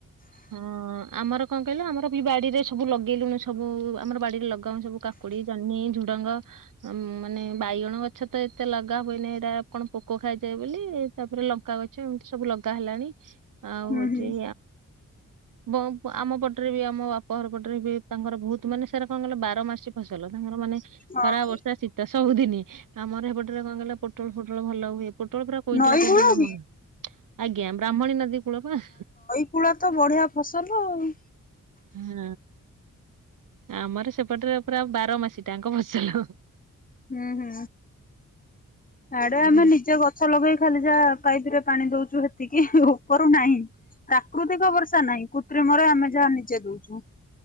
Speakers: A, on the right (about 70°); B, on the left (about 25°).
A: ହଁ ଆମର କଣ କହିଲ ଆମର ବି ବାଡିରେ ସବୁ ଲଗେଇଲୁଣି ସବୁ ଆମର ବାଡିରେ ଲଗାଉ ସବୁ ଜହ୍ନି, ଝୁଡ଼ଙ୍ଗ ମାନେ ବାଇଗଣ ଗଛ ତ ଏତେ ଲଗା ହୁଏନି ଏରା କଣ ପୋକ ଖାଇଯାଏ ବୋଲି ତାପରେ ଲଙ୍କା ଗଛ ଏମିତି ସବୁ ଲଗା ହେଲାଣି ଆଉ
B: ହୁଁ
A: ହଉଛି
B: ହୁଁ
A: ବ ଆମ ପଟରେ ବି ଆମ ବାପ ଘର ପଟରେ ବି ତାଙ୍କର ବହୁତ ମାନେ ସେରା କଁ କହିଲ ବା ବାର ମାସି ଫସଲ ତାଙ୍କର ମାନେ
B: ହଁ
A: ଖରା ବର୍ଷା ଶୀତ ସବୁଦିନ ଆମର ହେପ କଁ କହିଲ ପୋଟଳ ଫୋଟଳ ଭଲ ହୁଏ, ପୋଟଳ ପୁରା କୁଇଂଟାଲ
B: ନଈ
A: କୁଇଂଟାଲ
B: କୂଳ
A: ଆମ
B: କି
A: ଘରେ। ଆଜ୍ଞା ବ୍ରାହ୍ମଣୀ ନଦୀ କୂଳ ପା।
B: କୁଳା ତ ବଢିଆ ଫସଲ ଆଉ।
A: ହଁ ଆମର ସେପଟରେ ପୁରା ବାର ମାସି ଟାଙ୍କ ଫସଲ।
B: ହୁଁ ହୁଁ ଆଡେ
A: ଆଉ
B: ଆମେ ନିଜେ ଗଛ ଲଗେଇ ଖାଲି ଯାହା ପାଇପ ରେ ପାଣି ଦଉଛୁ ହେତିକି ଉପରୁ ନାହିଁ। ପ୍ରାକୃତିକ ବର୍ଷା ନାହିଁ କୃତ୍ରିମରେ ଆମେ ଯାହା ନିଜେ ଦଉଚୁ।